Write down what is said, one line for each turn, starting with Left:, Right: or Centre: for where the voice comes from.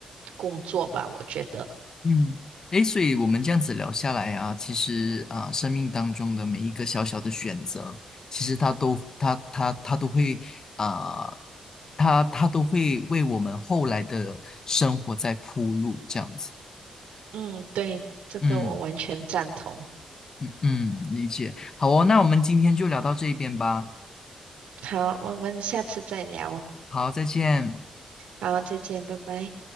Right: 工作吧，我觉得。
Left: 嗯，诶，所以我们这样子聊下来啊，其实啊，生命当中的每一个小小的选择，其实它都它它它都会啊，它它都会为我们后来的生活在铺路，这样子。
Right: 嗯，对，这个我完全赞同。
Left: 嗯嗯，理解。好哦，
Right: 嗯，
Left: 那我们今天就聊到这边吧。
Right: 好，我们下次再聊。
Left: 好，再见。
Right: 好，再见，拜拜。